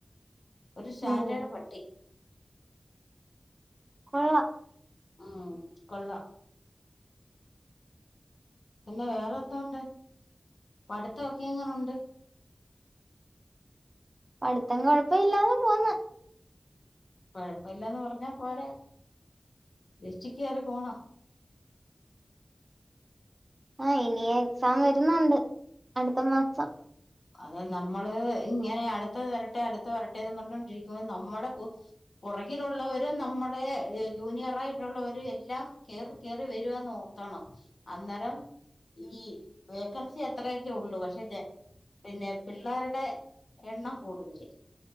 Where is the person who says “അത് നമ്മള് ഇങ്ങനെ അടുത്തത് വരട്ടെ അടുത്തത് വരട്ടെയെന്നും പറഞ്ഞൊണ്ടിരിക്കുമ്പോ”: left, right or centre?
Left